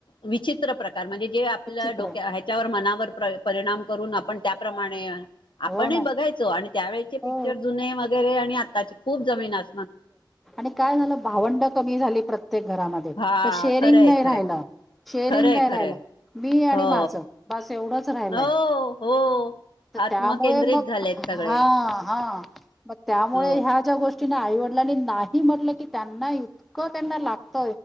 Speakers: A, on the left; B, in the centre.
A: विचित्र प्रकार म्हणजे जे आपल्या
B: विचित्र
A: डोक्या ह्याच्यावर मनावर प परिणाम करून आपण त्याप्रमाणे
B: हो
A: आपणही
B: ना
A: बघायचो आणि त्यावेळेचे पिक्चर
B: हो
A: जुने वगैरे आणि आत ताचे खूप जमीन आस
B: आणि काय झालं भावंड कमी झाली प्रत्येक घरामध्ये
A: हा
B: तर शेअरिंग
A: खरंय
B: नाही
A: खरंय
B: राहिला. शेरिंग
A: खरंय
B: नाही
A: खरंय
B: राहिलं मी आणि
A: हो
B: माझं बस एवढंच राहिलय.
A: हो हो
B: त
A: आत्मकेंद्रित
B: त्यामुळे मग
A: झालेत सगळे
B: हा हा मग त्यामुळे
A: हो
B: ह्या ज्या गोष्टी ना आईवडलानी नाही म्हटलं की त्यांना इतकं त्यांना लाग